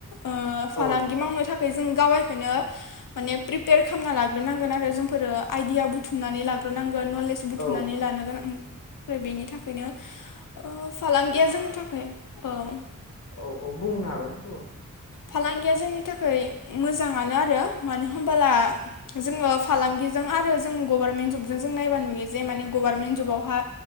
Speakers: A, on the left; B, on the left.
A: ओ फालांगि
B: औ
A: मावनो थाखाय जों गावा- -नो माने प्रिपेयार खामना लाग्रोनांगोन आरो जोंफोरो आइदिया बुथुमनानै ला- -नां नलेज बुथुमनानै
B: औ ओ
A: लानांगोन ओम- आरो बेनि थाखायनो <inaudible> अ फालांगिया जोंनि थाखाय औ <inaudible>
B: औ औ बुंनो हागोन बुं
A: फालांगिया जोंनि थाखाय मोजाङानो आरो मानो होनबोला जोङो फालांगिजों आरो जों गभारनमेन्ट जब जों नायबा नुयो जे माने गभार्मेन्ट जबआवहा